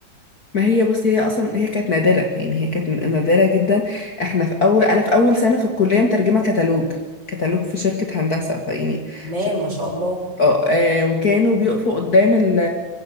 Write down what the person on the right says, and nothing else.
تمام
ما شاء الله